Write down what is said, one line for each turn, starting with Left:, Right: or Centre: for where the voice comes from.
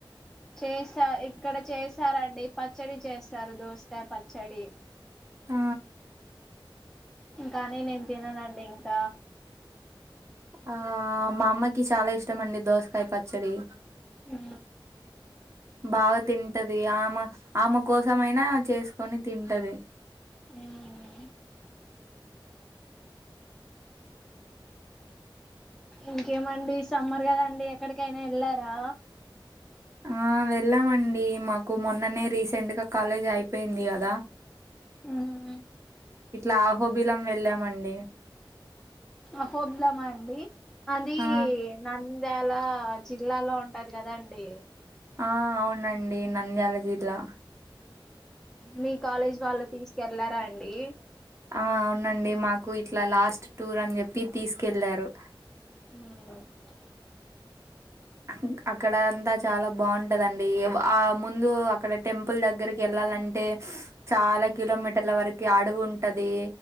Centre: చేస్తారు ఇక్కడ చేస్తారండి పచ్చడి చేస్తారు దోసకాయ పచ్చడి
Right: ఆ
Centre: కానీ నేను తిన నండి ఇంకా
Right: ఆ మా అమ్మకి చాలా ఇష్టం అండి దోసకాయ పచ్చడి
Centre: ఆ
Right: బాగా తింటది. ఆమె ఆమె కోసం అయినా చేసుకొని తింటది.
Centre: ఆ ఇంకేమండి సమ్మర్ కదండి. ఎక్కడికైనా వెళ్ళారా
Right: ఆ ఆ వెళ్ళామండి. మాకు మొన్ననే రీసెంట్ గా కాలేజ్ అయిపోయింది. కదా
Centre: మ్మ్
Right: ఇట్లా ఆహోబిలం వెళ్ళామండి
Centre: అహోబిలమా అండి అది
Right: ఆ
Centre: నంద్యాల జిల్లాలో ఉంటది. కదాండి
Right: ఆ అవునండి నంద్యాల జిల్లా
Centre: మీ కాలేజ్ వాళ్ళు తీసుకెళ్లారా అండి
Right: ఆ అవునండి. మాకు ఇట్లా లాస్ట్ టూర్ అని చెప్పి తీసుకెళ్లారు
Centre: ఆ
Right: ఆ అక్కడ అంతా చాలా బాగుంటదండి. ఆ ముందు అక్కడ టెంపుల్ దగ్గరకి వెళ్ళాలంటే చాలా కిలోమీటర్ల వరకి అడవి ఉంటది.